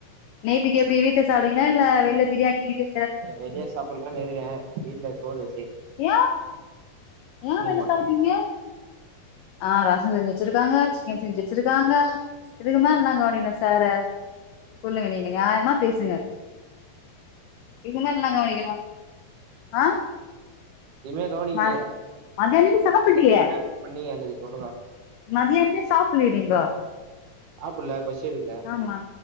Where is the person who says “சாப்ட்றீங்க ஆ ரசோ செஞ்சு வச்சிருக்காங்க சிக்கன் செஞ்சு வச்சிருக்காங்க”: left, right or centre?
Left